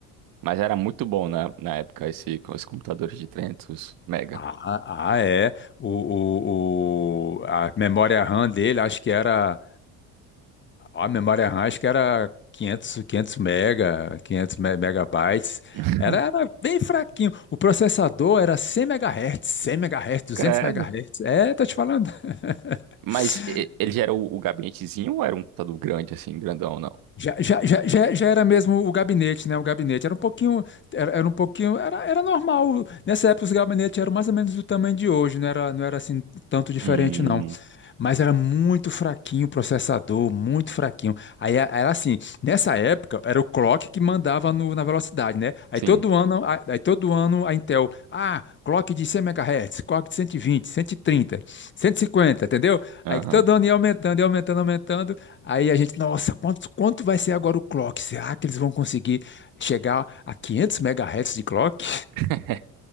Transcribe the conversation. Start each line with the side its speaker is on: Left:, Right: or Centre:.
Right: Mas era muito bom na, na época esse, com os computadores de 300 mega.
Left: Ah, ah, é. O, o, o- a memória RAM dele, acho que era. A memória RAM, acho que era quinhentos, 500 mega, 500 me- megabytes.
Right: <laughs>
Left: Era, era bem fraquinho. O processador era 100 megahertz, 100 megahertz, duzentos
Right: Credo.
Left: megahertz. É, tô te falando. <laughs>
Right: Mas e- ele já era o, o gabinetezinho ou era um computador grande, assim, grandão, não?
Left: Já, já, já, já já era mesmo o gabinete, né? O gabinete era um pouquinho, era, era um pouquinho, era, era normal. Nessa época os gabinetes eram mais ou menos do tamanho de hoje, não era, não era assim tanto diferente,
Right: Hum,
Left: não. mas era muito fraquinho o processador, muito fraquinho. Aí a- era assim, nessa época era o clock que mandava no- na velocidade, né? Aí
Right: sim.
Left: todo ano, a- aí todo ano a Intel, ah, clock de 100 MHz, clock de 120, 130, 150, entendeu?
Right: Aham.
Left: Aí todo ano ia aumentando, ia aumentando, aumentando. Aí a gente, nossa, quanto, quanto vai ser agora o clock? Será que eles vão conseguir chegar a 500 MHz de clock?
Right: <laughs>